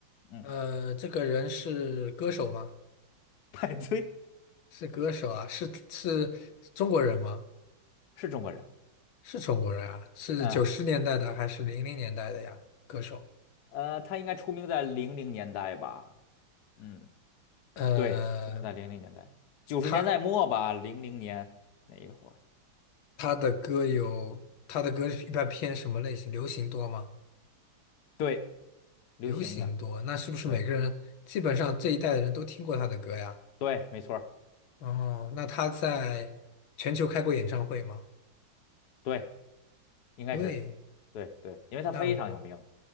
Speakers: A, on the left; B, on the left.
A: 嗯，
B: 呃，这个人是歌手吗？
A: 派对
B: 是歌手啊，是是中国人吗？
A: 是中国人。
B: 是中国人啊，是九十年代的还是零零年代的呀？
A: 嗯，
B: 歌手，
A: 呃，他应该出名在零零年代吧？嗯，
B: 呃，
A: 对，出名在零零年代，九十年代末吧，
B: 他。
A: 零零年那一会儿，
B: 他的歌有，他的歌一般偏什么类型？流行多吗？
A: 对，流行的，
B: 流行多，那是不是每个人基本上这一代的人都听过他的歌呀？
A: 对，对，没错儿
B: 哦，那他在全球开过演唱会吗？
A: 对，应该是，
B: 对，
A: 对对，因为他非常有名，
B: 那我